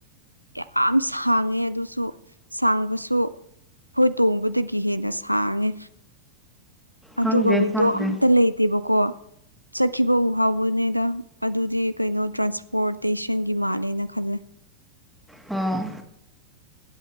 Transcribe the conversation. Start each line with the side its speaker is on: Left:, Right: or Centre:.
Left: ꯌꯥꯝ ꯁꯥꯡꯉꯦ ꯑꯗꯨꯁꯨ ꯁꯥꯡꯕꯁꯨ ꯍꯣꯏ ꯇꯣꯡꯕꯗꯒꯤ ꯍꯦꯟꯅ ꯁꯥꯡꯉꯦ ꯑꯗꯨꯒ
Centre: ꯈꯪꯗꯦ
Left: ꯋꯤꯟꯗꯣ
Centre: ꯈꯪꯗꯦ
Left: ꯑꯝꯇ ꯂꯩ ꯇꯦꯕꯀꯣ ꯆꯠꯈꯤꯕ ꯎ ꯍꯥꯎꯕꯅꯦꯗ ꯑꯗꯨꯗꯤ ꯀꯩꯅꯣ ꯇ꯭ꯔꯥꯟꯁꯄꯣꯔꯇꯦꯁꯟꯒꯤ ꯃꯥꯜꯂꯦꯅ ꯈꯜꯂꯦ
Centre: ꯑꯥ